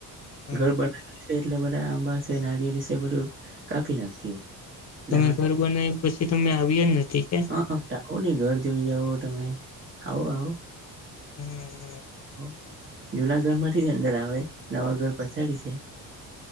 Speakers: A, on the left; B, on the right.
A: હા
B: ઘર બનાવે છે એટલે બ આંબા છે નાારિયલ છે એ બધું કાપી નાખીઓ. એટલા
A: તમે
B: માટે
A: ઘર બનાવ્યું પછી તમે આવ્યા જ નથી કે
B: હ <unintelligible> આવો નને ઘર જોઈ આવો તમે આવો આવો.
A: હમ્મ.
B: <inaudible> જુનાગઢ માંથી જ અંદર આવે નવા ઘર પછાડી છે.